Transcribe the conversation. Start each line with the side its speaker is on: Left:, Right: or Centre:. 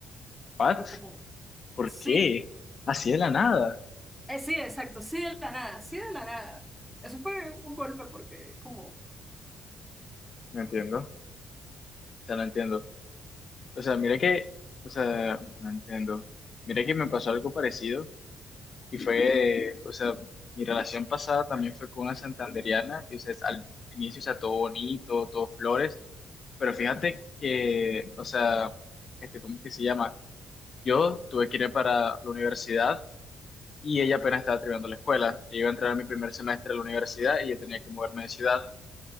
Left: ¿What?
Centre: Y Fue como,
Left: ¿Por
Centre: Sí,
Left: qué? Así de la nada.
Centre: eh, sí, exacto, sí de la nada, sí de la nada. Eso fue un golpe porque es como,
Left: No entiendo. O sea, no entiendo. O sea, mira que, o sea, no entiendo. Mira que me pasó algo parecido y fue, o sea, mi relación pasada también fue con una santandereana y, o sea, al inicio, o sea, todo bonito, todo flores, pero fíjate que, o sea, este, ¿cómo es que se llama? Yo tuve que ir para la universidad y ella apenas estaba terminando la escuela. Yo iba a entrar a mi primer semestre de la universidad y yo tenía que moverme de ciudad.